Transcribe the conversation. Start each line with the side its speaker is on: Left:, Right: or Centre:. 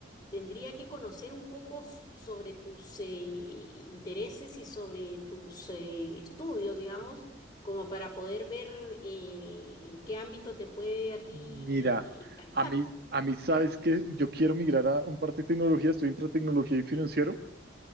Left: tendría que conocer un poco s- sobre tus eh, intereses y sobre tus eh, estudios, digamos, como para poder ver eh, en qué ámbito te puede a ti
Right: Mira,
Left: alcanzar.
Right: a mí, a mí sabes que yo quiero migrar a un parte de tecnología, estoy entre tecnología y financiero,